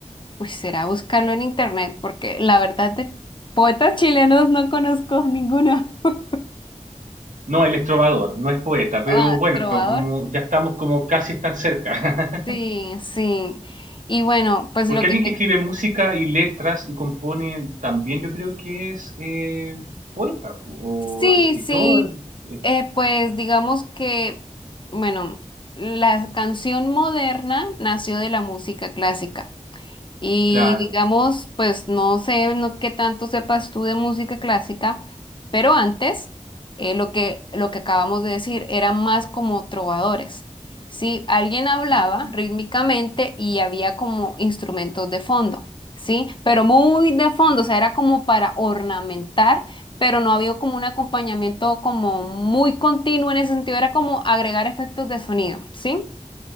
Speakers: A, on the left; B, on the right.
A: Pues será buscarlo en internet, porque la verdad de poetas chilenos no conozco ninguno. <laughs>
B: No, él es trovador, no es poeta, pero
A: Ah,
B: bueno,
A: trovador.
B: como ya estamos como casi tan cerca. <laughs>
A: Sí, sí. Y bueno, pues
B: Porque
A: lo que
B: alguien
A: te
B: que escribe música y letras y compone también yo creo que es eh, poeta po,
A: Sí,
B: o escritor,
A: sí,
B: eh,
A: eh, pues digamos que, bueno, la canción moderna nació de la música clásica. Y
B: claro.
A: digamos, pues no sé no, qué tanto sepas tú de música clásica, pero antes eh, lo que, lo que acabamos de decir eran más como trovadores. Sí, alguien hablaba
B: Ujú,
A: rítmicamente y había como instrumentos de fondo, sí, pero muy de fondo, o sea, era como para ornamentar, pero no había como un acompañamiento como muy continuo en ese sentido, era como agregar efectos de sonido, ¿sí?